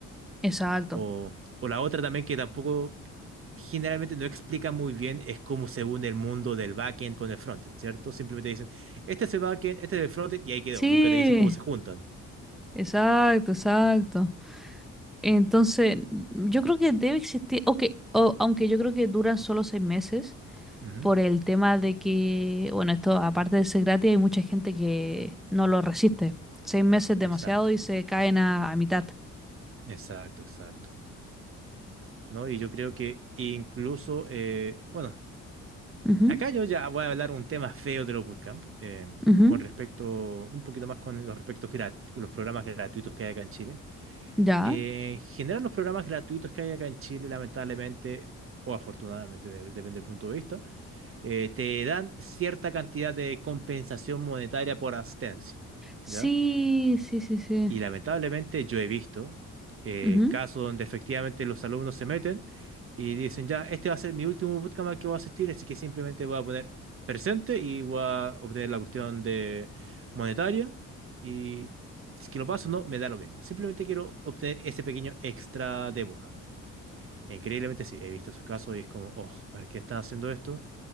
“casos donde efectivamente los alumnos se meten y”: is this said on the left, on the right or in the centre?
Right